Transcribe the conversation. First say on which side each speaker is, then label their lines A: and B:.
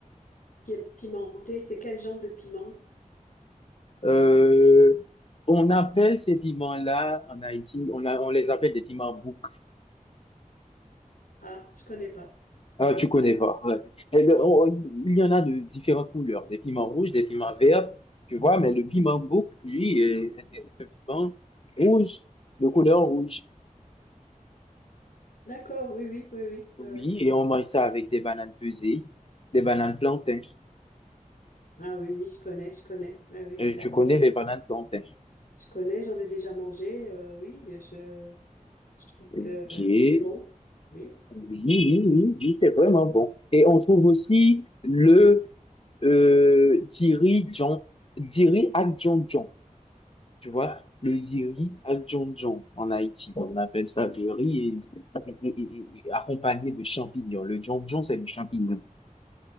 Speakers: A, on the left; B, on the left.
A: Ce qui est pimenté, c'est quel genre de piment?
B: Euh, on appelle ces piments-là en Haïti, on, a- on les appelle des piments bouc.
A: Ah, je connais pas.
B: Ah, tu connais
A: D'accord.
B: pas. ouais. Et le- on- on- il y en a de différentes couleurs, des piments rouges, des piments verts, tu vois, mais le piment bouc, lui, est, est un piment rouge, de couleur rouge.
A: D'accord, oui, oui, oui, oui,
B: Oui,
A: oui, oui.
B: et on mange ça avec des bananes pesées, des bananes plantains.
A: Ah oui, oui, je connais, je connais. Oui, oui,
B: Et
A: d'accord.
B: tu connais les bananes plantains.
A: Je connais, j'en ai déjà mangé. euh, oui, je trouve
B: Ok.
A: que,
B: Oui,
A: que c'est bon. Oui.
B: oui, oui, oui, c'est vraiment bon. Et on trouve aussi le euh, Diri Djon, Diri Adjondjon, tu vois, le Diri Adjondjon en Haïti, on appelle ça le riz et- et- et- et accompagné de champignons. Le Djondjon, c'est le champignon.